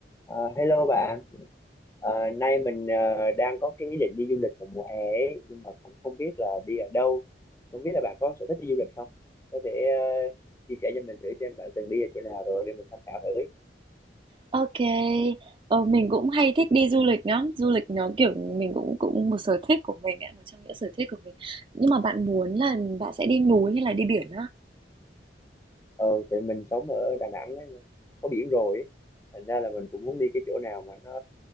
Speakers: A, on the left; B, on the right.
A: Ờ, hello bạn, Ờ, nay mình ờ, đang có cái ý định đi du lịch vào mùa hè ấy, nhưng mà cũng không biết là đi ở đâu. Không biết là bạn có sở thích đi du lịch không? Có thể ờ, chia sẻ cho mình thử xem bạn từng đi ở chỗ nào rồi để mình tham khảo thử.
B: OK, ờ, mình cũng hay thích đi du lịch lắm, du lịch nó, kiểu, mình cũng cũng một sở thích của mình ấy, một trong những sở thích của mình. Nhưng mà bạn muốn là bạn sẽ đi núi hay là đi biển á?
A: Ờ, thì mình sống ở Đà Nẵng ấy, có biển rồi ấy. Thành ra là mình cũng muốn đi cái chỗ nào mà nó